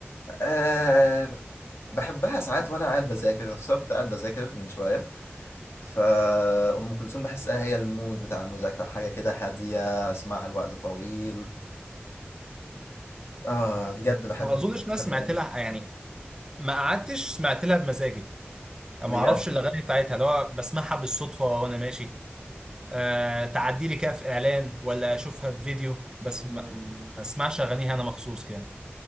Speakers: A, on the left; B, on the right.
A: آه بحبها ساعات وانا قاعد بذاكر خصوصا كنت قاعد بذاكر من شويه فأم كلثوم بحسها هي المود بتاع المذاكرة حاجة كده هادية اسمعها لوقت طويل آه بجد بحب
B: ما اظنش ناس
A: بحب
B: سمعت
A: أغاني
B: لها
A: أم
B: يعني
A: كلثوم
B: ما قعدتش سمعت لها بمزاجي يعني
A: بجد
B: ما اعرفش الاغاني بتاعتها اللي هو بسمعها بالصدفه وانا ماشي آه تعدي لي كده في اعلان ولا اشوفها في فيديو بس
A: مم.
B: ما, ما اسمعش اغانيها انا مخصوص كده